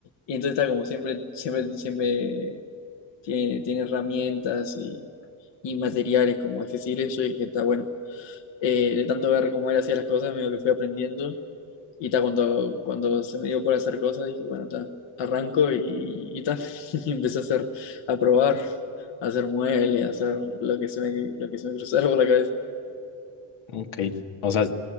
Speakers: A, on the left; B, on the left.
A: y entonces está como siempre, siempre, siempre tiene, tiene herramientas y, y materiales como accesibles yo dije está bueno. Eh, de tanto ver cómo él hacía las cosas, medio que fui aprendiendo y está cuando, cuando se me dio por hacer cosas, dije, bueno, está, arranco y, y ta. <laughs> y empecé a hacer, a probar, a hacer muebles, a hacer lo que se me, lo que se me cruzara por la cabeza.
B: Ok, o sea,